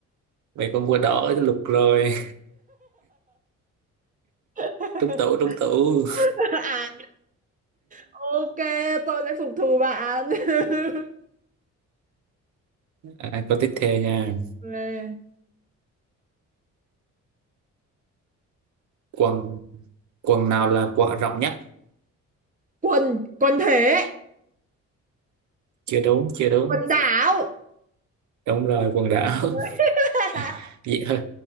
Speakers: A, on the right; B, on the right.
A: về con cua đỏ lục rồi
B: <laughs>
A: trúng tủ trúng tủ
B: à Ok, tôi sẽ phục thù bạn. <laughs>
A: à, câu tiếp theo nha
B: về.
A: quần quần nào là quần rộng nhất
B: Quần, quần thể,
A: chưa đúng chưa đúng
B: quần đảo.
A: đúng rồi quần đảo <laughs>
B: <laughs>
A: dễ hơi